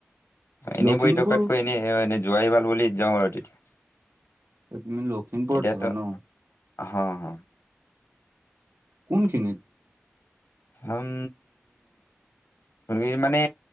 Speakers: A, on the left; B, on the right.
A: এনেই
B: লখিমপুৰ
A: বহি থকাতকৈ এনে সেই মানে যোৱাইভাল বুলি যাওঁ আৰু তেতিয়া
B: তুমি লখিমপুৰত
A: এতিয়াতো
B: থাকা ন
A: হ হ
B: কোনখিনিত
A: আম ভিৰ মানে